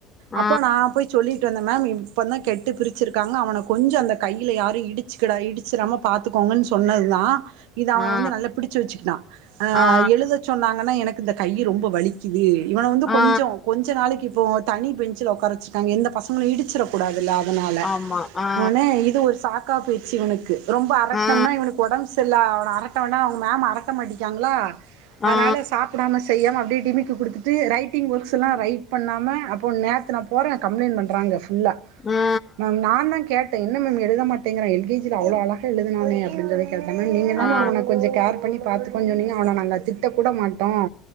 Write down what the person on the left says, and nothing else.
ஆ
ஆ
ஆ
ஆ
ஆமா ஆ
ஆ
ஆ ஆ
ஆ
ஆ ஆ ஆ